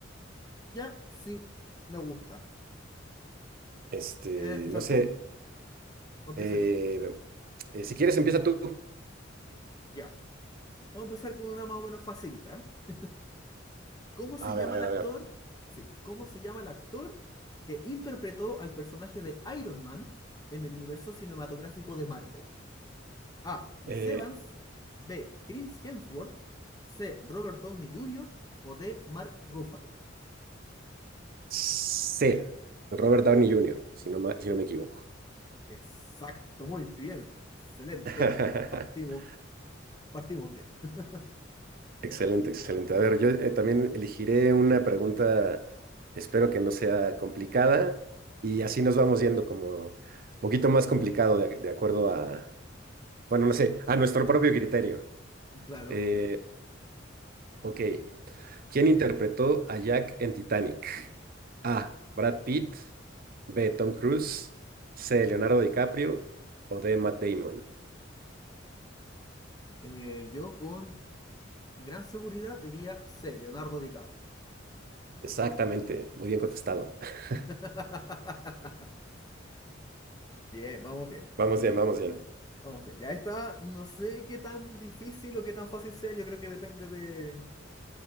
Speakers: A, on the left (about 20°); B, on the right (about 50°).
A: Ya, sí, me gusta.
B: Este,
A: ¿Quieres empezar
B: no sé.
A: tú o empiezo
B: eh,
A: yo?
B: eh, si quieres, empieza tú.
A: Ya. Vamos a empezar con una más o menos facilita. ¿eh? ¿Cómo se
B: A
A: llama
B: ver, a ver,
A: el actor?
B: a ver.
A: Sí, ¿cómo se llama el actor que interpretó al personaje de Iron Man en el universo cinematográfico de Marvel? A. Chris
B: Eh,
A: Evans. B. Chris Hemsworth. C. Robert Downey Jr. o D. Mark Ruffalo.
B: Sí, Robert Downey Jr., si no, ma- si no me equivoco.
A: Exacto, muy bien. Excelente.
B: <laughs>
A: Partimos, partimos bien. <laughs>
B: Excelente, excelente. A ver, yo eh, también elegiré una pregunta, espero que no sea complicada, y así nos vamos yendo como un poquito más complicado de, de acuerdo a, bueno, no sé, a nuestro propio criterio.
A: Claro.
B: Eh, ok, ¿quién interpretó a Jack en Titanic? A, Brad Pitt, B, Tom Cruise, C, Leonardo DiCaprio o D, Matt Damon.
A: Eh, yo con gran seguridad diría C. Leonardo DiCaprio.
B: Exactamente, muy bien contestado.
A: Excelente.
B: <laughs>
A: <laughs> Bien, vamos bien.
B: Vamos bien, vamos bien.
A: Vamos bien. Ya está. No sé qué tan difícil o qué tan fácil sea. Yo creo que depende de,